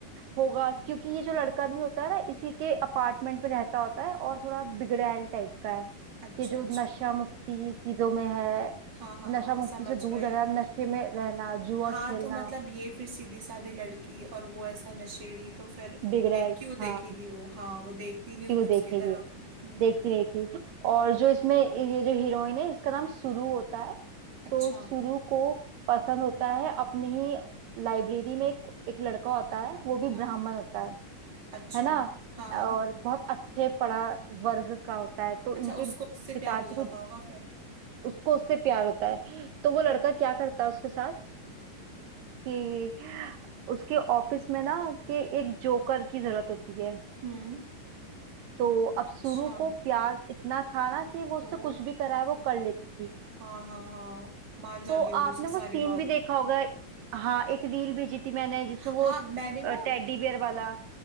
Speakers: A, on the right (about 80°); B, on the right (about 30°).
A: होगा क्योंकि ये जो लड़का भी होता है ना इसी के अपार्टमेंट में रहता होता है और थोड़ा बिगड़ैल टाइप का है
B: अच्छा
A: कि जो
B: अच्छा
A: नशा मुक्ति चीजों में है
B: हाँ हाँ
A: नशा
B: हाँ
A: मुक्ति
B: समझ
A: से दूर
B: गई
A: रहना नशे में रहना जुआ
B: हाँ
A: खेलना
B: तो मतलब ये फिर सीधी साधी लड़की और वो ऐसा नशेड़ी तो फिर
A: बिगड़ैल
B: देख क्यों देखेगी
A: हाँ
B: वो हाँ वो देखती नहीं होगी
A: क्यों
B: उसकी
A: देखेंगे
B: तरफ हम्म,
A: देखती नहीं थी और जो इसमें ये जो हीरोइन है इसका नाम सुरु होता है
B: अच्छा
A: तो सुरु को पसंद होता है अपनी ही लाइब्रेरी में एक, एक लड़का होता है वो भी
B: हम्म
A: ब्राह्मण होता है
B: अच्छा
A: है ना
B: हाँ हाँ
A: और बहुत अच्छे पढ़ा वर्ग का होता है तो
B: अच्छा
A: इनके
B: उसको उससे
A: पिताजी
B: प्यार हो जाता
A: को
B: होगा फिर
A: उसको उससे प्यार होता है तो वो लड़का क्या करता है उसके साथ कि उसके ऑफिस में ना कि एक जोकर की जरूरत होती है
B: हम्म
A: तो अब सुरु
B: अच्छा
A: को प्यार इतना था ना कि वो उससे
B: ओ
A: कुछ भी कराए वो कर लेती थी
B: हाँ हाँ हाँ मान जाती
A: तो
B: होगी
A: आपने
B: उसकी सारी
A: वो सीन
B: बात
A: भी देखा होगा हाँ एक रील भेजी थी मैंने जिसमें वो
B: हाँ मैंने ना
A: टेडी बियर वाला